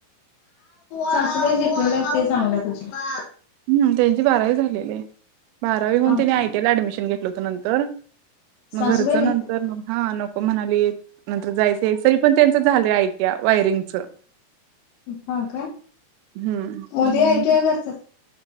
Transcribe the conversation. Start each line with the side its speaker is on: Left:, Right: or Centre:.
Left: सासूबाई शिकलेलं आहे ते चांगलं तुझ्या
Right: हम्म त्यांची बारावी झालेली आहे बारावी होून
Left: हा
Right: त्यांने
Left: का
Right: आयटी ला ऍडमिशन घेतलं होतं नंतर
Left: सासूबाई
Right: मग घरचं
Left: नाही
Right: नंतर मग हा नको म्हणाली नंतर जायचं सरी पण त्यांच झालं आयट्या वायरिंगच
Left: हा काय
Right: हम्म
Left: मुले
Right: हम्म.
Left: आहेत का